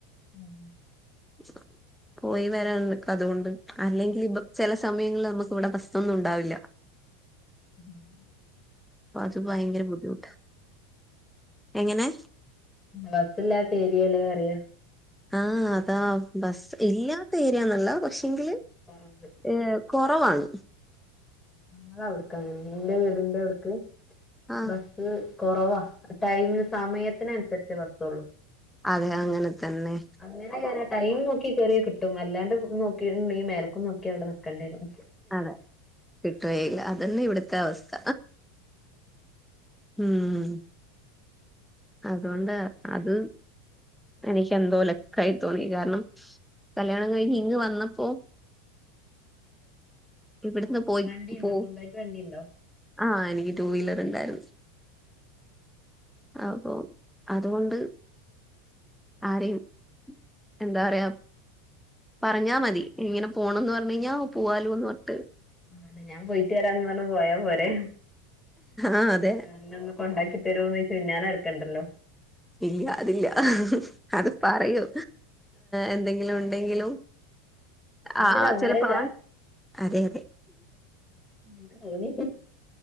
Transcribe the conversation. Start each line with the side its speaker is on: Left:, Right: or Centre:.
Left: ഉം
Centre: <unintelligible> പോയി വരാ നിക്ക അതുകൊണ്ട് അല്ലെങ്കിൽ ബ ചെല സമയങ്ങളിൽ നമുക്ക് ഇവിടെ ബസ്സൊന്നും ഉണ്ടാവില്ല
Left: <unintelligible>
Centre: ട്ട് ഭയങ്കര ബുദ്ധിമുട്ടാ എങ്ങനെ
Left: ബസ്സില്ലാത്തഏരിയല്ലേ പറയ
Centre: ആഹ് അതാ ബസ്സ് ഇല്ലാത്ത ഏരിയ ന്നല്ല പക്ഷെങ്കില്
Left: കൊറവ്
Centre: ഏഹ് കൊറവാണ്
Left: ഞങ്ങളവ്ട്ക്കങ്ങനെ ഇന്റെ വീടിന്റെ അവിട്ക്ക്
Centre: ആ
Left: ബസ് ഉം കൊറവാ ടൈമിന് സമയത്തിനനുസരിച്ച് ബസ്സോള്ളു
Centre: അതെ അങ്ങനെ തന്നെ
Left: അങ്ങനെ കേരാ ടൈം നോക്കി കേറിയ കിട്ടും അല്ലാണ്ട് നോക്കി മേ മേലക്കും നോക്കി അവടെ നിക്കേണ്ടേരും
Centre: അതെ കിട്ടുകയില്ല അതന്നെ ഇവിടുത്തെ അവസ്ഥ ഉം അതൊണ്ട അത് എനിക്ക് എന്തോ ലക്കായി തോന്നി കാരണം കല്യാണം കഴിഞ്ഞ് ഇങ്ങ് വന്നപ്പോ ഇവിടുന്ന് പോയി
Left: വണ്ടിണ്ടോ
Centre: പോ
Left: സ്വന്തായിട്ട് വണ്ടിണ്ടോ
Centre: ആഹ് എനിക്ക് ടൂ വീലറ്ണ്ടായിരുന്നു അപ്പൊ അതുകൊണ്ട് ആരെയും എന്താറയാ പറഞ്ഞാ മതി ഇങ്ങനെ പോണന്ന് പറഞ്ഞ്കഴിഞ്ഞാല പോവാലോന്ന് പർഞ്ഞ്ട്ട്
Left: അതെ ഞാൻ പോയിട്ട് വരാന്ന് പറഞ്ഞ് പോയാ പോരെ
Centre: ആഹ് അതെ
Left: എന്നൊന്ന് കൊണ്ടാക്കി തരോന്നോയ് ച്ച് പിന്നാലെ നടക്കണ്ടാല്ലോ
Centre: ഇല്ല അതില്ല അത് പറയൊ എന്തെങ്കിലും ഉണ്ടെങ്കിലും
Left: നിങ്ങൾത്
Centre: ആഹ്‌
Left: ലവ്
Centre: ചിലപ്പോ
Left: മാരേജാ
Centre: ആൾ അതെ അതെ
Left: ഉം ഇന്ക് തോന്നി